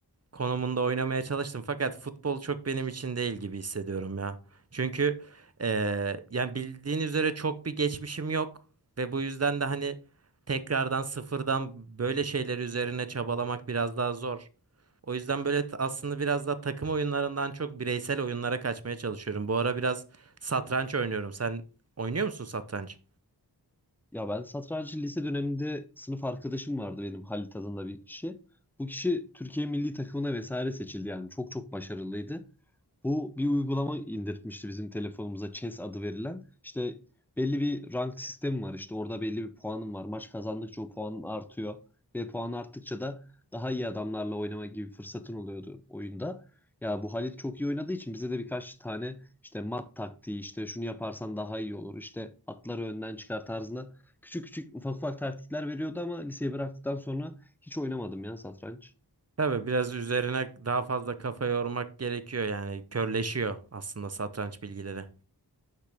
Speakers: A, on the right; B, in the centre.
A: konumunda oynamaya çalıştım fakat futbol çok benim için değil gibi hissediyorum ya. Çünkü eee, yani bildiğin üzere çok bir geçmişim yok ve bu yüzden de hani tekrardan sıfırdan böyle şeyler üzerine çabalamak biraz daha zor. O yüzden böyle t- aslında biraz daha takım oyunlarından çok bireysel oyunlara kaçmaya çalışıyorum. Bu ara biraz satranç oynuyorum. Sen oynuyor musun satranç?
B: Ya ben satrancı lise döneminde sınıf arkadaşım vardı benim Halit adında bir kişi. Bu kişi Türkiye milli takımına vesaire seçildi yani çok çok başarılıydı. Bu bir uygulama indirtmişti bizim telefonumuza Chess adı verilen. İşte belli bir rank sistemi var. İşte orada belli bir puanım var. Maç kazandıkça o puanın artıyor. Ve puan arttıkça da daha iyi adamlarla oynama gibi fırsatın oluyordu oyunda. Ya bu Halit çok iyi oynadığı için bize de birkaç tane işte mat taktiği işte şunu yaparsan daha iyi olur. işte atları önden çıkar tarzında küçük küçük ufak ufak taktikler veriyordu ama liseyi bıraktıktan sonra hiç oynamadım ya satranç.
A: Tabii biraz üzerine daha fazla kafa yormak gerekiyor yani körleşiyor aslında satranç bilgileri.